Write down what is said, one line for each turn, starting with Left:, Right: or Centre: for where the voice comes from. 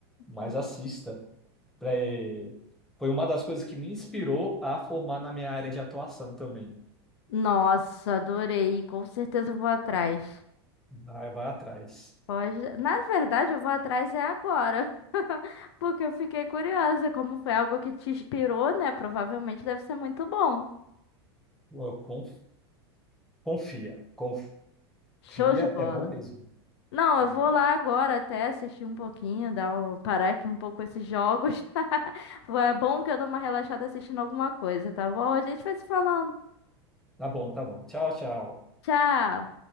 Centre: mas
Left: Vou-
Centre: assista. É, Foi uma das coisas que me inspirou a formar na minha área de atuação também.
Left: Nossa, adorei. Com certeza eu vou atrás.
Centre: Vai, vai atrás.
Left: Pode. Na verdade, eu vou atrás é agora. <laughs> Porque eu fiquei curiosa, como foi algo que te inspirou, né? Provavelmente deve ser muito bom.
Centre: Eu conf- Confia. Confia.
Left: Show
Centre: Fia
Left: de bola.
Centre: é bom mesmo. né?
Left: Não,
Centre: Foi
Left: eu vou
Centre: de bola.
Left: lá agora até assistir um pouquinho, dar um- parar aqui um pouco esses jogos. <laughs> É bom que eu dou uma relaxada assistindo alguma coisa, tá bom? A gente vai se falando.
Centre: Tá bom, tá bom. Tchau, tchau.
Left: Tchau!